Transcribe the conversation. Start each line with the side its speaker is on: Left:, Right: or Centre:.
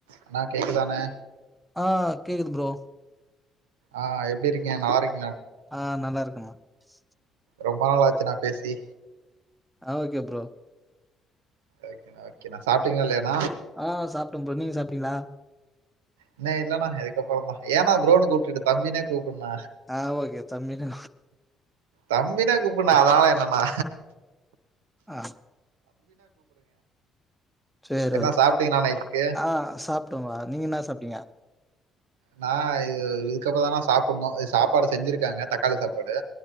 Right: அண்ணா கேக்குதானே
Centre: ஆஹ் கேக்குது ப்ரோ
Right: ஆஹ் எப்டி இருக்கீங்க நல்லா இருக்
Centre: ஆஹ் நல்லா இருக்குமா ப்பி
Right: ரொம்ப நாளாச்சு நா பேசி
Centre: ஆ ஓகே ப்ரோ
Right: ஒகேன ஓகேனா சாப்ட்டீங்களா இல்லயான
Centre: ஆஹ் சாப்பிட்டோம் ப்ரோ நீங்க சாப்ட்டீங்களா
Right: இன்ன இல்லன்னா இதுக்கப்புறம் தான் ஏன்னா ப்ரோனு கூப்பிட்டு தம்பினே கூப் னா
Centre: ஆ ஓகே தம்பினு
Right: தம்பினே கூப்பிட்னா அதனால என்னன்னா
Centre: ஆஹ் சரி
Right: என்ன
Centre: ஓக
Right: சாப்ட்டீங்களா நைட்டுக்கு
Centre: ஆஹ் சாப்பிட்டோமா நீங்க என்ன சாப்பிட்டீங்க
Right: நான் இது இதுக்கப்புற தானா சாப்பிடணும் சாப்பாடு செஞ்சிருக்காங்க தக்காளி சாப்பாடு